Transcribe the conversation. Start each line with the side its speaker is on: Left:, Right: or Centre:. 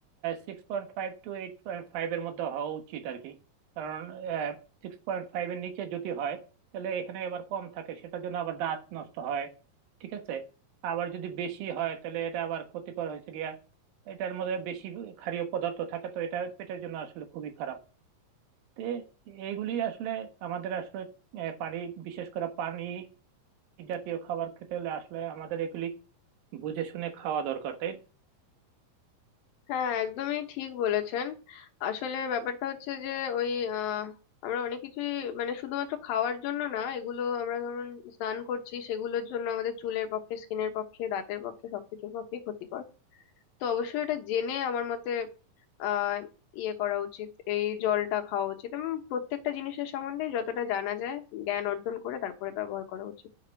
Right: সিক্স পয়েন্ট ফাইভ টু এইট পয়েন্ট ফাইভ এর মধ্যে হওয়া উচিত আর কি কারণ সিক্স পয়েন্ট ফাইভ এর নিচে যদি হয় তাহলে এখানে আবার কম থাকে সেটার জন্য আবার দাঁত নষ্ট হয় ঠিক আছে আবার যদি বেশি হয় তাহলে এটা আবার ক্ষতিকর হয়েছে গিয়া এটার মধ্যে বেশি ক্ষারীয় পদার্থ থাকে তো এটা পেটের জন্য আসলে খুবই খারাপ তো এইগুলি আসলে আমাদের আসলে আহ, পানি বিশেষ করে পানি জাতীয় খাবার খেতে হলে আসলে আমাদের এগুলি বুঝে শুনে খাওয়া দরকার তাই না?
Left: হ্যাঁ একদমই ঠিক বলেছেন আসলে ব্যাপারটা হচ্ছে যে ওই আহ, আমরা অনেক কিছুই মানে শুধুমাত্র খাওয়ার জন্য না এগুলো আমরা ধরুন স্নান করছি সেগুলোর জন্য আমাদের চুলের পক্ষে স্কিনের পক্ষে দাঁতের পক্ষে সবকিছুর পক্ষে ক্ষতিকর তো অবশ্যই এটা জেনে আমার মতে আহ ইয়ে করা উচিত এই জলটা খাওয়া উচিত এবং প্রত্যেকটা জিনিসের সম্বন্ধে যতটা জানা যায় জ্ঞান অর্জন করে তারপরে ব্যবহার করা উচিত